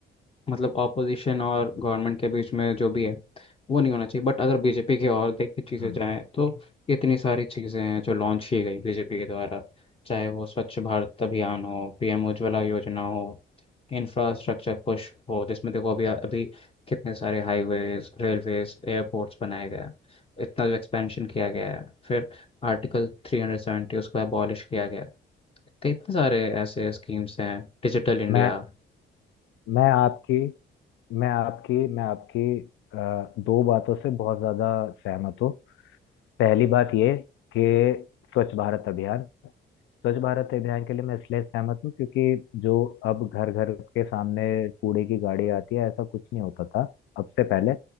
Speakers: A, on the left; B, on the left.
A: मतलब ऑपोजिशन और गवर्नमेंट के बीच में जो भी है वो नहीं होना चाहिए बट अगर बीजेपी की और देखिए चीज़ें
B: हम्म
A: जाएँ तो इतनी सारी चीज़ें हैं जो लॉन्च की गई बीजेपी के द्वारा चाहे वो स्वच्छ भारत अभियान हो पीएम उज्ज्वला योजना हो इंफ्रास्ट्रक्चर पुश हो जिसमें देखो अभी अभी कितने सारे हाईवेज रेलवेज एयरपोर्ट्स बनाए गए हैं इतना जो एक्सपेंशन किया गया है फिर आर्टिकल थ्री हंड्रेड सेवेंटी उसको अबॉलिश किया गया है तो इतने सारे ऐसे स्कीम्स हैं डिजिटल इंडिया
B: मैं मैं आपकी मैं आपकी मैं आपकी अ, दो बातों से बहुत ज्यादा सहमत हूँ पहली बात ये कि स्वच्छ भारत अभियान स्वच्छ भारत अभियान के लिए मैं इसलिए सहमत हूँ क्योंकि जो अब घर घर के सामने कूड़े की गाड़ी आती है ऐसा कुछ नहीं होता था अब से पहले